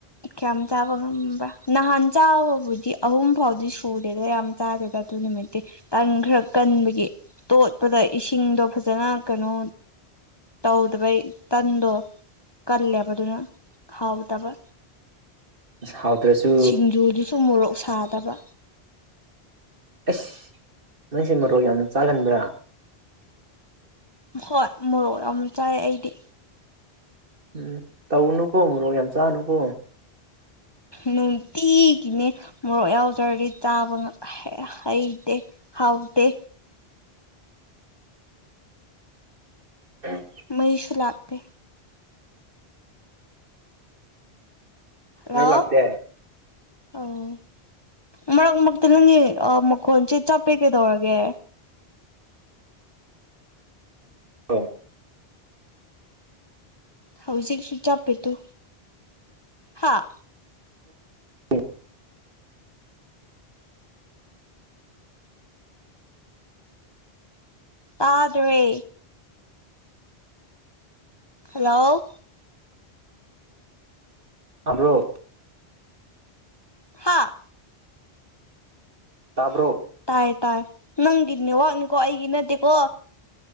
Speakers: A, on the left; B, on the right.
A: ꯀꯌꯥꯝ ꯆꯥꯕ ꯉꯝꯕ꯭ꯔꯥ ꯅꯍꯥꯟ ꯆꯥꯕꯕꯨꯗꯤ ꯑꯍꯨꯝ ꯐꯥꯎꯗꯤ ꯁꯨꯔꯦꯗ ꯌꯥꯝ ꯆꯥꯗꯦꯗ ꯑꯗꯨ ꯅꯨꯃꯤꯠꯇꯤ ꯇꯪ ꯈꯔ ꯀꯟꯕꯒꯤ ꯇꯣꯠꯄꯗ ꯏꯁꯤꯡꯗꯣ ꯐꯖꯅ ꯀꯩꯅꯣ ꯇꯧꯗꯕꯩ ꯇꯟꯗꯣ ꯀꯜꯂꯦꯕꯗꯨꯅ ꯍꯥꯎꯗꯕ
B: ꯑꯁ ꯍꯥꯎꯇ꯭ꯔꯁꯨ
A: ꯁꯤꯡꯖꯨꯗꯨ ꯇꯨ ꯃꯣꯔꯣꯛ ꯁꯥꯗꯕ
B: ꯑꯁ ꯅꯪꯁꯦ ꯃꯔꯣꯛ ꯌꯥꯝ ꯆꯥꯒꯟꯕ꯭ꯔꯥ
A: ꯍꯣꯏ ꯃꯣꯔꯣꯛ ꯌꯥꯝ ꯆꯥꯏ ꯑꯩꯗꯤ
B: ꯎꯝ ꯇꯧꯅꯨꯀꯣ ꯃꯣꯔꯣꯛ ꯌꯥꯝ ꯆꯥꯅꯨꯀꯣ
A: ꯅꯨꯡꯇꯤꯒꯤꯅꯦ ꯃꯣꯔꯣꯛ ꯌꯥꯎꯗ꯭ꯔꯗꯤ ꯇꯥꯕ ꯍꯩꯇꯦ ꯍꯥꯎꯗꯦ
B: ꯎꯝ
A: ꯃꯩꯁꯂꯥꯛ ꯇ ꯍꯦꯜꯂꯣ
B: ꯃꯩ ꯂꯥꯛꯇꯦ
A: ꯑꯣ ꯃꯔꯛ ꯃꯔꯛꯇ ꯅꯪꯒꯤ ꯃꯈꯣꯟꯁꯦ ꯆꯞꯄꯦ ꯀꯩꯗꯧꯔꯒꯦ
B: ꯑꯣ
A: ꯍꯧꯥꯎꯖꯤ ꯁꯨ ꯆꯞꯦ ꯇꯣ ꯍꯥꯥ
B: ꯎꯝ
A: ꯇꯥꯗ꯭ꯔꯦ ꯍꯜꯂꯣ
B: ꯑꯣ
A: ꯍꯥꯥ
B: ꯇꯥꯕ꯭ꯔꯣ
A: ꯇꯥꯏ ꯇꯥꯏ ꯅꯪꯒꯤꯗꯅꯦ ꯋꯥꯅꯤꯀꯣ ꯑꯩꯒꯤ ꯅꯠꯇꯦꯀꯣ